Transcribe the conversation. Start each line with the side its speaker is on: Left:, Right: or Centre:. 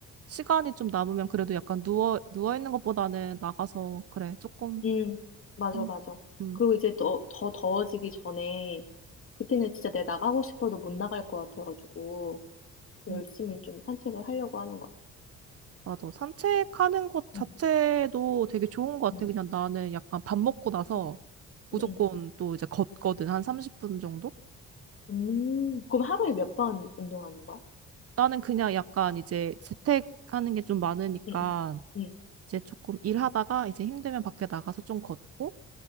Right: 시간이 좀 남으면 그래도 약간 누워 누워 있는 것보다는 나가서 그래 조금
Left: 음, 맞아,
Right: 한-
Left: 맞아.
Right: 음,
Left: 그리고 이제 더, 더 더워지기 전에, 그때는 진짜 내가 나가고 싶어도 못 나갈 것 같아가지고, 열심히
Right: 음,
Left: 좀 산책을 하려고 하는 것 같아.
Right: 맞아. 산책하는 것 자체도
Left: 음,
Right: 되게 좋은 것 같아.
Left: 음,
Right: 그냥 나는 약간 밥 먹고 나서
Left: 음.
Right: 무조건
Left: 응, 응.
Right: 또 이제 걷거든. 한 30분 정도?
Left: 음, 그럼 하루에 몇 번 운동하는 거야?
Right: 나는 그냥 약간 이제 재택하는 게 좀 많으니까
Left: 응, 응, 응.
Right: 이제 조금 일하다가 이제 힘들면 밖에 나가서 좀 걷고.